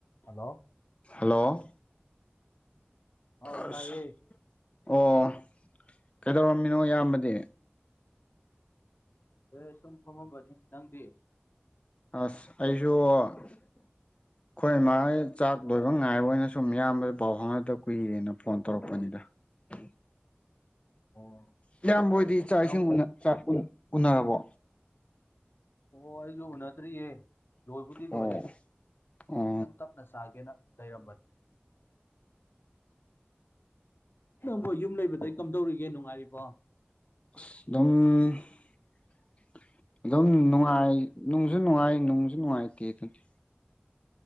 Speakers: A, on the left (about 65°); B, on the left (about 30°).
A: hello
B: hello
A: ꯍꯥꯎ
B: ꯑꯁ
A: ꯀꯥꯏꯌꯦ
B: ꯑꯣ ꯀꯩꯗꯧꯔꯝꯃꯤꯅꯣ ꯏꯌꯥꯝꯕꯗꯤ
A: ꯑꯦ ꯁꯨꯝꯐꯝ ꯍꯕꯅꯤ ꯅꯪꯗꯤ
B: ꯑꯁ ꯑꯩꯁꯨ ꯑꯩꯣꯏ ꯃꯥꯒꯤ ꯆꯥꯛ ꯂꯣꯏꯕ ꯉꯥꯏꯕ ꯑꯣꯏꯅ ꯁꯨꯝ ꯃꯤꯌꯥꯝꯕꯗ ꯄꯥꯎ ꯐꯥꯎꯅꯗꯕ ꯀꯨꯏꯔꯦꯅ ꯐꯣꯟ ꯇꯧꯔꯛꯄꯅꯤꯗ ꯎꯝ
A: ꯑꯣ
B: ꯏꯌꯥꯝꯕꯣꯏꯗꯤ
A: ꯅꯪ
B: ꯆꯥꯛ ꯏꯁꯤꯡ
A: ꯅꯪꯕꯨ
B: ꯎꯅꯔꯕꯣ
A: ꯑꯣ ꯑꯩꯁꯨ ꯅꯠꯇꯔꯤꯌꯦꯦ ꯂꯣꯏꯕꯨꯗꯤ
B: ꯑꯣ
A: ꯂꯣꯏꯔꯦ
B: ꯑꯣ
A: ꯈꯤꯇꯪ ꯇꯞꯅ ꯆꯥꯒꯦꯅ ꯔꯝꯅꯤ ꯅꯪꯕꯨꯣ ꯌꯨꯝ ꯂꯩꯕꯗꯒꯤꯩ ꯀꯝꯗꯧꯔꯤꯒꯦ ꯅꯨꯡꯉꯥꯏꯔꯤꯕꯣ
B: ꯑꯗꯨꯝ ꯑꯗꯨꯝ ꯅꯨꯡꯉꯥꯏ ꯅꯨꯡꯁꯨ ꯅꯨꯡꯉꯥꯏ ꯅꯨꯡꯁꯨ ꯅꯨꯡꯉꯥꯏꯇꯦ ꯑꯗꯨꯗꯤ